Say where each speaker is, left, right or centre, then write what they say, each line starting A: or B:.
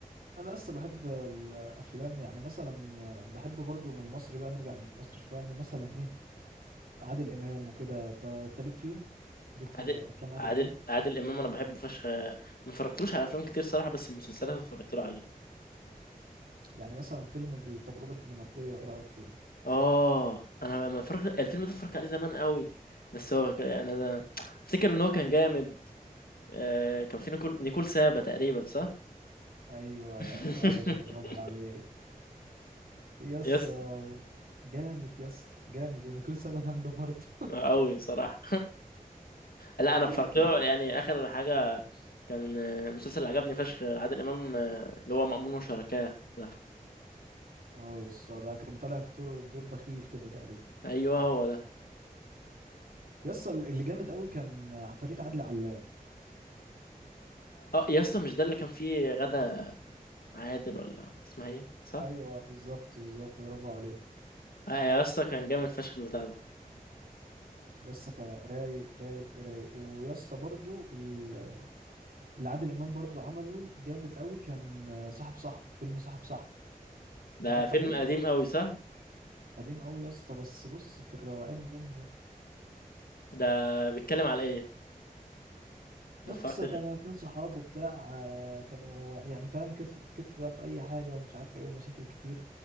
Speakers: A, on the right; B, on the left.
A: انا لسه بحب الافلام يعني مثلا بحب برضو من المصري بقى نرجع لمصر شويه يعني مثلا ايه عادل امام وكده ت- تليك فيه ليك في
B: عادل
A: افلام عادل
B: عادل
A: امام
B: عادل امام انا بحبه فشخ ما اتفرجتلوش على افلام كتير صراحه بس المسلسلات اتفرجت له عليه
A: يعني مثلا فيلم التجربة الدنماركية ايه رأيك فيه
B: اه انا ما اتفرجت الفيلم ده اتفرجت عليه زمان قوي بس هو ك- يعني انا ده... افتكر ان هو كان جامد آه، كان في نيكول نيكول سابا تقريبا صح
A: ايوه
B: <laughs>
A: يا باشا برافو عليك يسا
B: يس
A: جامد يسا جامد ونيكول سابا جامدة برضه
B: قوي صراحة لا انا
A: <laughs>
B: بفرجله يعني اخر حاجة كان آه، مسلسل اللي عجبني فشخ عادل امام آه، اللي هو مأمون وشركاه ده
A: اه يسا ده كان طالع في دور دور بخيل كده تقريبا
B: ايوه هو ده
A: يسا اللي جامد قوي كان عفاريت عادل علام
B: اه يا اسطى مش ده اللي كان فيه غدا عادل ولا اسمها ايه صح
A: ايوه بالظبط بالظبط برافو عليك
B: اه يا اسطى كان جامد فشخ البتاع ده
A: يسا كان رايق رايق رايق ويسا برضو ال- اللي عادل امام برضو عمله جامد قوي كان صاحب صاحبه فيلم صاحب صاحبه اتفرجت
B: ده فيلم
A: عليه
B: قديم قوي صح
A: قديم قوي يا اسطى بس بص في الروقان منه
B: ده بيتكلم على ايه
A: يا
B: ما
A: اسطى
B: اتفرجتش
A: كانوا اتنين صحاب وبتاع آه، كانوا يعني فاهم كتف في كتف بقى في اي حاجه ومش عارف ايه ومشاكل كتير